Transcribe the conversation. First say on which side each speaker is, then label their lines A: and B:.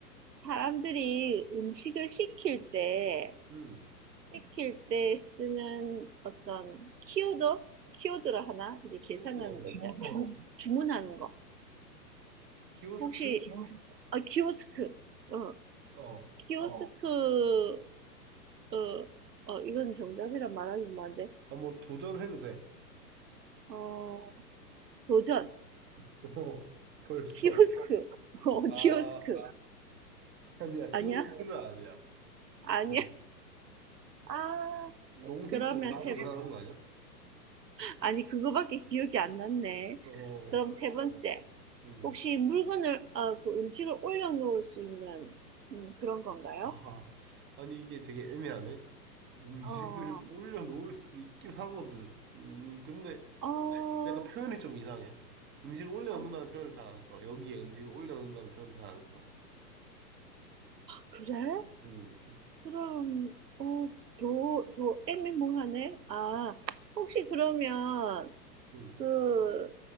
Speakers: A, on the right; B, on the right.
A: 사람들이 음식을 시킬 때,
B: 음,
A: 시킬 때 쓰는 어떤 키워드? 키워드라 하나? 이게
B: 키오도가
A: 계산하는
B: 뭐지?
A: 거 있잖아. 주, 주문하는 거.
B: 키오스크?
A: 혹시, 키오스크, 아, 키오스크. 어, 어,
B: 어,
A: 키오스크, 어, 어, 이건 정답이라 말하기 뭐한데,
B: 아, 뭐 도전해도 돼.
A: 어, 도전.
B: <laughs> 어, 벌써.
A: 키오스크. <laughs> 어,
B: 아,
A: 키오스크.
B: 아니야
A: 아니야?
B: 키오스크는 아니야.
A: 아니야?
B: 음,
A: 아,
B: 너무
A: 그러면
B: 힌트 없이
A: 세,
B: 도전하는
A: 번
B: 거 아니야?
A: 아니, 그거밖에 기억이 안 났네.
B: 어,
A: 그럼 세 번째,
B: 음.
A: 혹시 물건을, 어, 그 음식을 올려놓을 수 있는 음, 그런 건가요?
B: 아하. 아니, 이게 되게 애매하네. 음식을
A: 어,
B: 올려놓을 수 있긴 하거든. 음, 근데
A: 어,
B: 약간 표현이 좀 이상해. 음식을 올려놓는다는
A: 어,
B: 표현을 잘 안 써. 여기에 음식을 올려놓는다는 표현을 잘 안 써.
A: 그래?
B: 음,
A: 그럼, 어, 더, 더 애매모호하네? 아, 혹시 그러면
B: 음.
A: 그